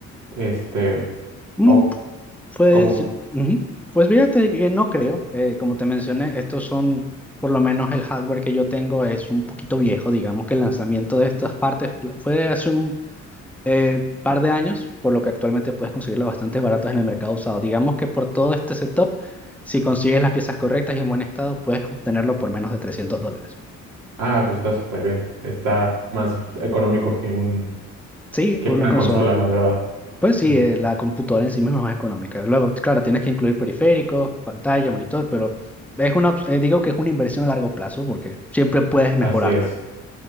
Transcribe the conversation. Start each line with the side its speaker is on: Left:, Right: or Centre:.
Right: este,
Centre: Mm,
Right: o
Centre: pues,
Right: cómo? ves?
Centre: ujú. Pues fíjate que no creo, eh, como te mencioné, estos son, por lo menos el hardware que yo tengo es un poquito viejo, digamos que el lanzamiento de
Right: Ujú.
Centre: estas partes fue hace un eh, par de años, por lo que actualmente puedes conseguirlo bastante baratos en el mercado usado. Digamos que por todo este setup, si consigues las piezas correctas y en buen estado, puedes obtenerlo por menos de 300 dólares.
Right: Ah, pues está súper bien. Está más económico que un,
Centre: Sí, por
Right: que una
Centre: una consola.
Right: consola, la verdad.
Centre: Pues sí,
Right: Entonces,
Centre: eh, la computadora en sí misma es más económica. Luego, claro, tienes que incluir periféricos, pantalla, monitor, pero es una, op- eh, digo que es una inversión a largo plazo porque siempre puedes mejorarla.
Right: así es,